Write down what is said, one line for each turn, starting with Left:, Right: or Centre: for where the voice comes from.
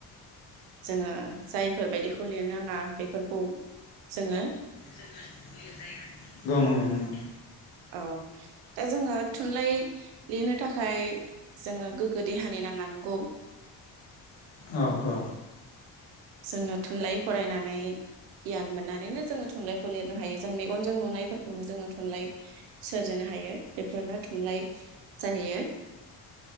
Right: जोंङो। जायफोर बायदिखौ लिरनाङा बेफोर। औ जोंङो
Left: जोंङो लिरजाया नंगौ नंगौ।
Right: औ दा जोङो थुनलाइ लिरनो थाखाय जोङो गोगगोद देहानि नांना नंगौ।
Left: औ औ जोंङो।
Right: जोंङो थुनलाइ फरायनानै गियान मोननानैनो। जोंङो थो थुनलाइखौ लिरनो हायो जों मेगनजों नुनायफोर खौनो जोंङो थुनलाइ सोरजिनो हायो बेफोरनो थुनलाइ जाहैयो